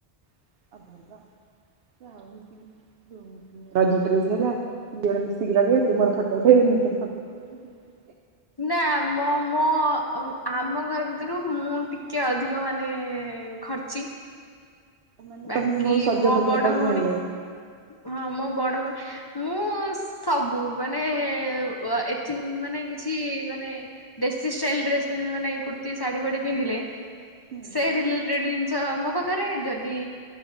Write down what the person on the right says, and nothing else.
<inaudible> ଡ୍ରେସ ହେଲା ର ମିଶିକି ଲଗେଇ ତୁ ମୋର ଫଟୋ ଉଠେଇ ମୁଁ ତର ଫଟୋ ଉଠେଇବି।
ମାନେ
ତମକୁ ବହୁତ ସଜ
ଫଜ
ହେବାକୁ
ଭଲ ଲାଗେ।
ମାନେ